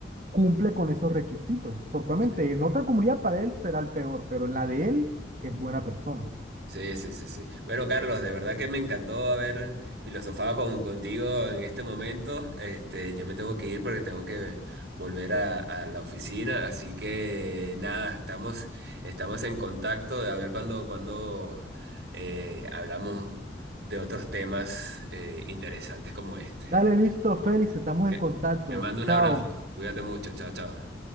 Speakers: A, on the right (about 45°); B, on the right (about 65°).
A: cumple con esos requisitos. Porque obviamente
B: sí.
A: en otra comunidad para él será el peor, pero en la de él es buena persona.
B: Sí, sí, sí, sí. Bueno, Carlos, de verdad que me encantó haber filosofado con, contigo en este momento. Este, yo me tengo que ir porque tengo que volver a, a la oficina. Así que nada, estamos, estamos en contacto de a ver cuándo, cuándo eh, hablamos de otros temas eh, interesantes como este.
A: Dale, listo, Félix, estamos
B: Te
A: en contacto.
B: te mando
A: Chao.
B: un abrazo. Cuídate mucho. Chao, chao.